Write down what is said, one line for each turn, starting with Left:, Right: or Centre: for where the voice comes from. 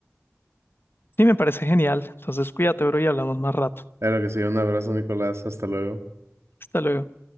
Left: Sí, me parece genial. Entonces cuídate, bro, y hablamos más rato.
Right: Claro que sí, un abrazo, Nicolás, hasta luego.
Left: Hasta luego.